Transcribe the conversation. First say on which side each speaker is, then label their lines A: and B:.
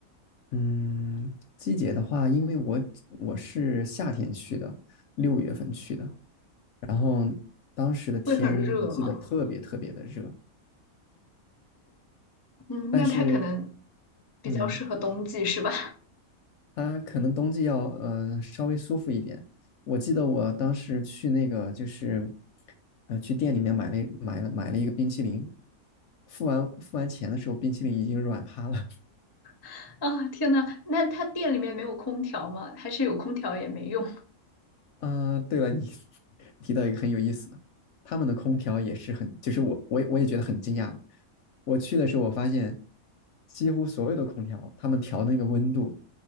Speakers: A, on the left (about 65°); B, on the left (about 30°).
A: 嗯，季节的话，因为我我是夏天去的，六月份去的，然后当时的天我记得特别特别的热，
B: 会很热吗？嗯，
A: 但是
B: 那它可能比较适合冬季是吧？
A: 嗯，它可能冬季要呃稍微舒服一点。我记得我当时去那个就是呃去店里面买了买了买了一个冰淇淋，付完付完钱的时候，冰淇淋已经软趴了。
B: <laughs> 啊，天呐，那它店里面没有空调吗？还是有空调也没用
A: 啊，对了，你 <laughs> 提到一个很有意思的，他们的空调也是很，就是我我也我也觉得很惊讶。我去的时候，我发现几乎所有的空调，他们调那个温度